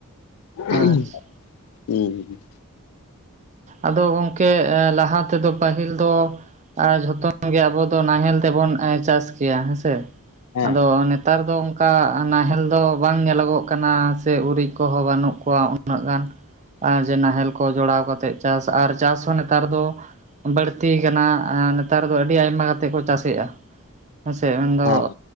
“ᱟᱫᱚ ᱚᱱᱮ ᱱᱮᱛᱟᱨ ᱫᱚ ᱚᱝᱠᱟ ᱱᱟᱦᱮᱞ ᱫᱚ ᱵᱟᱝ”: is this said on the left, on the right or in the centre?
Right